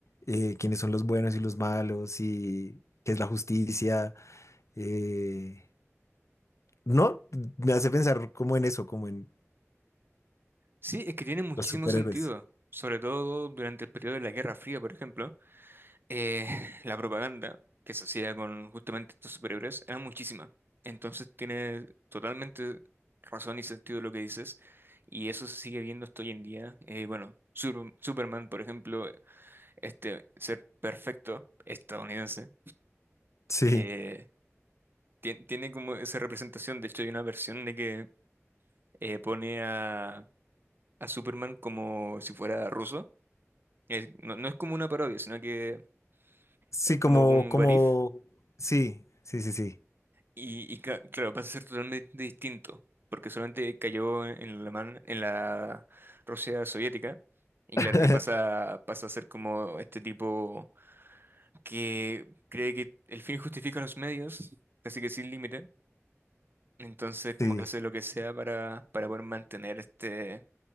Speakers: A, on the left; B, on the right.
A: eh, quiénes son los buenos y los malos y qué es la justicia. eh, no, me hace pensar como en eso, como en
B: Sí, es que tiene muchísimo
A: los superhéroes.
B: sentido, sobre todo durante el periodo de la Guerra Fría, por ejemplo eh, <laughs> la propaganda que se hacía con justamente estos superhéroes era muchísima. Entonces tiene totalmente razón y sentido lo que dices, y eso se sigue viendo hasta hoy en día. Eh, bueno, Sur- Superman, por ejemplo, este ser perfecto estadounidense,
A: Sí.
B: eh, tien- tiene como esa representación. De hecho, hay una versión de que eh, pone a, a Superman como si fuera ruso. Es- no, no es como una parodia, sino que
A: Sí,
B: es como
A: como,
B: un
A: como,
B: what if,
A: sí, sí, sí, sí.
B: Y, y cla- claro, pasa a ser totalmente distinto, porque solamente cayó en el alemán, en la Rusia soviética, y
A: <laughs>
B: claro, ahí pasa, pasa a ser como este tipo que cree que el fin justifica los medios, casi que sin límite, entonces como
A: Sí,
B: que hace lo que sea para, para poder mantener este,